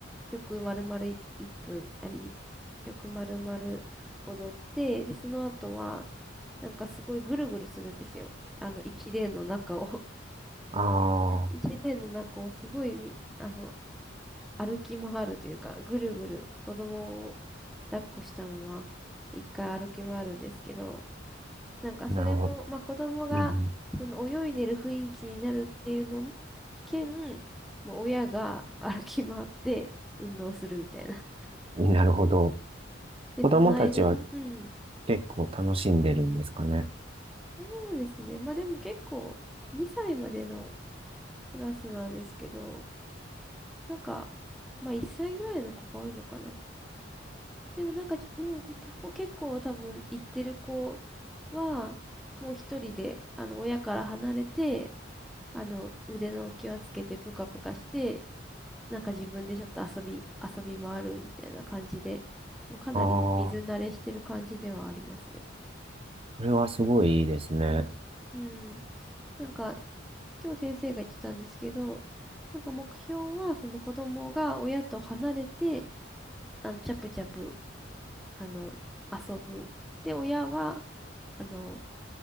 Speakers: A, in the centre; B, on the right.
A: 曲丸々い1分、あ、い曲丸々踊って、で、その後は、なんかすごいぐるぐるするんですよ。あの一連の中を
B: ああ
A: 一年の中をすごいみ、あの、歩き回るというか、ぐるぐる子供を抱っこしたまま、一回歩き回るんですけど、なんかそれも、
B: ー、なるほど。
A: まあ子供が、
B: うん
A: その泳いでる雰囲気になるっていうのも、兼、もう親が歩き回って運動するみたいな。
B: うんなるほど。
A: で、
B: 子供たちは
A: その間に、うん。
B: 結構楽しんでるんですかね。
A: そうですね。まあでも結構、2歳までのクラスなんですけど、なんか、まあ1歳ぐらいの子が多いのかな。でもなんかじ、もうほたほ結構多分行ってる子は、もう一人で、あの、親から離れて、あの、腕の浮き輪つけてぷかぷかして、なんか自分でちょっと遊び、遊び回るみたいな感じで、もうかなり水慣れしてる感じではありますね。
B: ああ、これはすごいいいですね。
A: うん。なんか、今日先生が言ってたんですけど、なんか目標は、その子供が親と離れて、あの、チャプチャプ、あの、遊ぶ。で、親は、あの、